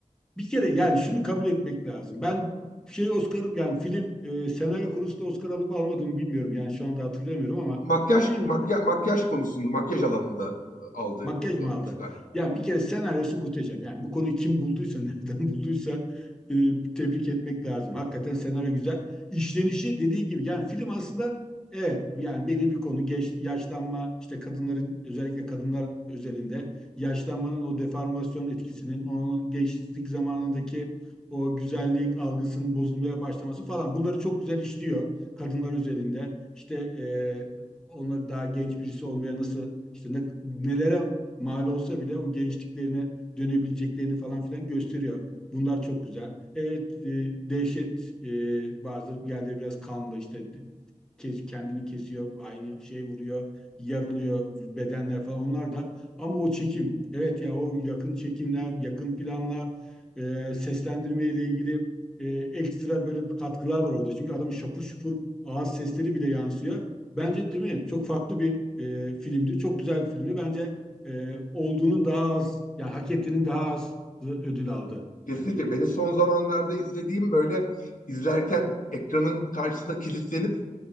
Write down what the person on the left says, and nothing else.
Makyaj
makya, makyaj konusunda makyaj alanında e, aldı
e,
Oscar.
Kesinlikle
beni son zamanlarda izlediğim böyle izlerken ekranın karşısına kilitlenip